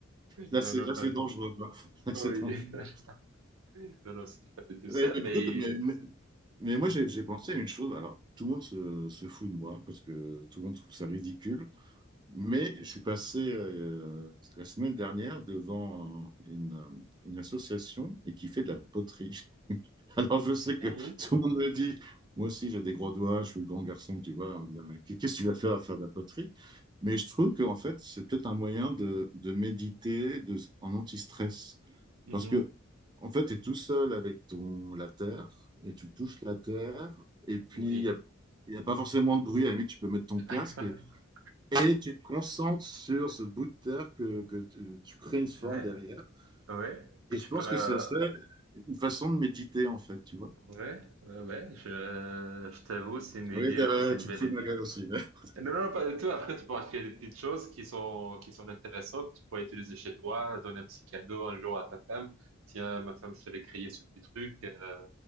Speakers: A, on the right (about 20°); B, on the right (about 80°).
A: Là,
B: Non,
A: c'est
B: non,
A: là,
B: pas
A: c'est
B: du
A: dangereux.
B: tout.
A: hein. Là,
B: Oui.
A: <laughs> C'est dangereux.
B: <laughs> Non, non, c'était pas du tout
A: Ouais,
B: ça,
A: bah,
B: mais...
A: écoute, mais, mais, mais moi,
B: Mhm.
A: j'ai j'ai pensé à une chose. Alors, tout le monde se, se fout de moi parce que tout le monde trouve ça ridicule. Mais je suis passé euh, la semaine dernière devant une, une association et qui fait de la poterie. <laughs> Alors je sais que
B: Mhm.
A: tout le monde me dit, moi aussi j'ai des gros doigts, je suis le grand garçon, tu vois, on me dit, mais qu'est-ce que tu vas faire à faire de la poterie? Mais je trouve qu'en fait c'est peut-être un moyen de, de méditer de, en anti-stress.
B: Mhm.
A: Parce que en fait tu es tout seul avec ton, la terre et tu touches la terre et puis
B: Oui.
A: il y a il n'y a pas forcément de bruit. À la limite, tu peux mettre ton casque
B: <laughs>
A: et et tu te concentres sur ce bout de terre que, que tu, tu crées une forme
B: Oui.
A: derrière.
B: Ouais,
A: Et
B: et tu
A: je pense
B: peux.
A: que
B: euh,
A: ça serait une façon de méditer, en fait, tu vois.
B: Ouais, ouais, ouais, je, je t'avoue, c'est une idée,
A: Oui, t'as-
B: hein, c'est une
A: tu
B: belle
A: te fous
B: idée.
A: de ma gueule aussi. mais- <laughs>
B: Non, non, pas du tout. Après, tu pourras créer des petites choses qui sont, qui sont intéressantes, que tu pourras utiliser chez toi, donner un petit cadeau un jour à ta femme. Tiens, ma femme, je t'avais créé ce petit truc, euh,